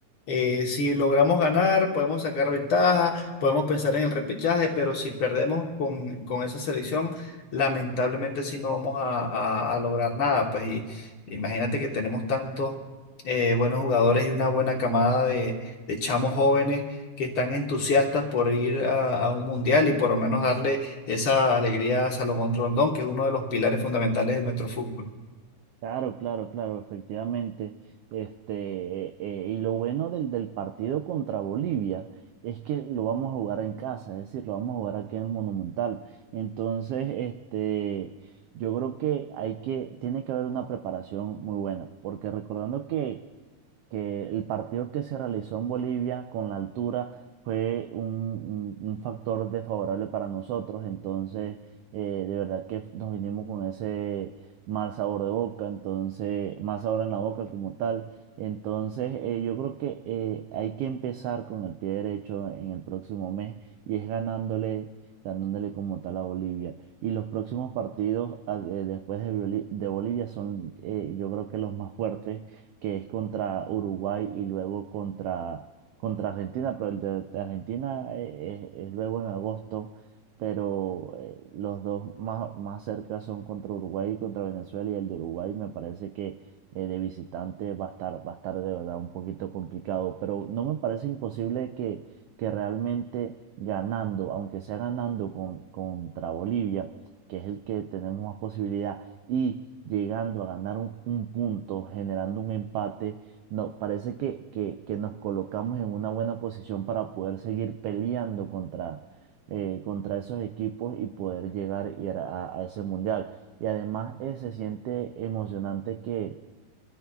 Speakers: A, on the left (about 55°); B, on the right (about 85°).
A: Eh, si logramos ganar, podemos sacar ventaja podemos pensar en el repechaje, pero si perdemos con, con esa selección, lamentablemente sí no vamos a, a- a lograr nada. Pues y imagínate que tenemos tantos eh, buenos jugadores y una buena camada de, de chamos jóvenes que están entusiastas por ir a, a un mundial y por lo menos darle esa alegría a Salomón Rondón, que es uno de los pilares fundamentales de nuestro fútbol.
B: Claro, claro, claro, efectivamente. Este, eh, eh, y lo bueno del, del partido contra Bolivia es que lo vamos a jugar en casa, es decir, lo vamos a jugar aquí en el Monumental. Entonces, este, yo creo que hay que, tiene que haber una preparación muy buena, porque recordando que que el partido que se realizó en Bolivia con la altura fue un, un- un factor desfavorable para nosotros, entonces eh, de verdad que nos vinimos con ese mal sabor de boca, entonces mal sabor en la boca como tal, entonces eh, yo creo que eh, hay que empezar con el pie derecho en el próximo mes y es ganándole, ganándole como tal a Bolivia. Y los próximos partidos ah, eh, después de, Boli- de Bolivia son eh, yo creo que los más fuertes que es contra Uruguay y luego contra, contra Argentina, pero el de, de Argentina eh, es, es luego en agosto, pero eh, los dos más, más cerca son contra Uruguay y contra Venezuela, y el de Uruguay me parece que eh, de visitante va a estar, va a estar de verdad un poquito complicado, pero no me parece imposible que, que realmente ganando, aunque sea ganando con, contra Bolivia, que es el que tenemos más posibilidad, y llegando a ganar un, un punto, generando un empate, no, parece que, que, que nos colocamos en una buena posición para poder seguir peleando contra, eh, contra esos equipos y poder llegar y era- a, a ese mundial. Y además eh, se siente emocionante que,